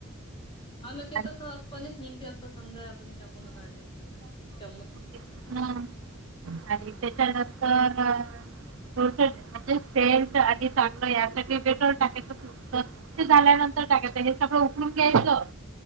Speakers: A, on the left; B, on the right.
A: मला ते
B: आणि
A: तसच पणेच निघते असत. समजा आपण चाकून काढलं तर? चम्मच
B: <unintelligible> ह आणि त्याच्यानंतर बहुतेक म्हणजे सेंट आणि चांगलं यासाठी डेटॉल टाकायचं. तर ते झाल्यानंतर काय काता हे सगळं उकळून घ्यायचं.